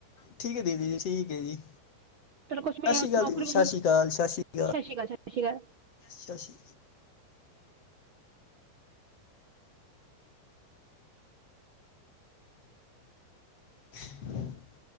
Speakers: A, on the left (about 45°); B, on the right (about 80°).
A: ਠੀਕ ਹੈ ਦੀਦੀ ਜੀ, ਠੀਕ ਹੈ ਜੀ।
B: ਚਲੋ ਕੁਛ ਮੈਂ
A: ਸਤਿ ਸ੍ਰੀ ਅਕਾਲ
B: ਨੌਕਰੀ
A: ਦੀਦੀ, ਸਤਿ ਸ੍ਰੀ ਅਕਾਲ -ਸਤਿ ਸ੍ਰੀ ਅਕਾਲ,
B: ਸ਼੍ਰੀ ਸਤਿ ਸ਼੍ਰੀ ਅਕਾਲ
A: ਸਤਿ <inaudible>